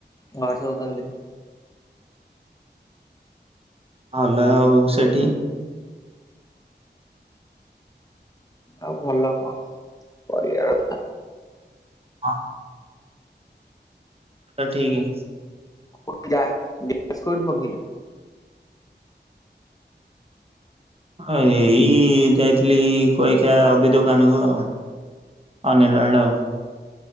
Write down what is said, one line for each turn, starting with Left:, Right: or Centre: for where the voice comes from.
Left: ଘାରେ ସବୁ କେମଦି?
Right: ଭଲ ଆଉ ସେଟି
Left: ଆଉ ଭଲ କ କରିବା ଆଉ।
Right: ହଁ ତ ଠିକି।
Left: <unintelligible>
Right: ହଁ ଏଇ ଯାଇଥିଲି କଇଖିଆ ଅବି ଦୋକାନ କୁ ଆଉ। ଅନିଲ ଆଡ଼େ ଆଉ।